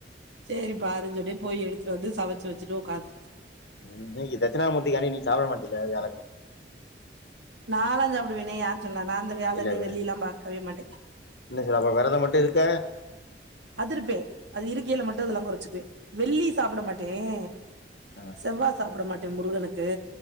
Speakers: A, on the right; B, on the left.
A: செரி பாாருன்னு சொன்னே போய் எடுத்துட்டு வந்து சமச்சு வச்சுட்டு உட்காந்துருச்சு
B: இன்னைக்கு தட்சினாமூ்த்திக் கானி நீ சாப்பிட மாட்டல வியாழகிழம
A: நாலாஞ்சு சாப்பிடுவேனே யாரு சொன்னா அந்த வியாழனு
B: இல்ல
A: வெள்ளிலா பாக் அதே மாட்டே
B: என்ன சாப்புடுவ வேரதம் மட்டும் இருக்கா
A: அதுருப்பே அது இருக்கையில மட்டும் அதெல்லா குறைச்சிக்குவேன் வெள்ளி சாப்பிட மாட்டேன்
B: ஆ
A: செவ்வா சாப்பிட மாட்ட முருகனுக்கு